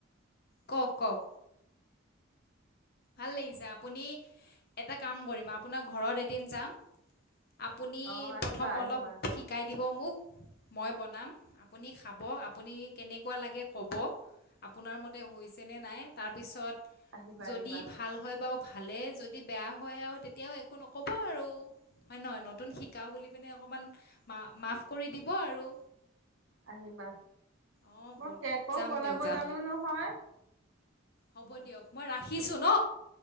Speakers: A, on the left (about 50°); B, on the right (about 75°).
A: কওঁক কওঁক ভাল লাগিছে, আপুনি, এটা কাম কৰিম আপোনাৰ ঘৰত এদিন যাম আপুনি
B: অ আহিবা
A: প্ৰথম
B: আহিবা
A: অলপ শিকাই দিব মোক মই বনাম আপুনি খাব আপুনি কেনেকুৱা লাগে ক'ব, আপোনাৰ মতে হৈছেনে নাই, তাৰপিছত
B: আহিবা
A: যদি
B: আহিবা।
A: ভাল হয় বাৰু ভালে যদি বেয়া হয় আৰু তেতিয়াও একো নক'ব আৰু হয় নহয় নতুন শিকাৰু বুলি পিনে অকমান মাফ কৰি দিব আৰু
B: আহিবা।
A: অঁ
B: মই
A: ব
B: কেকও
A: যাম
B: বনাব
A: দিয়ক যাম
B: জানো
A: দিয়ক
B: নহয়।
A: হ'ব দিয়ক মই ৰাখিছো ন।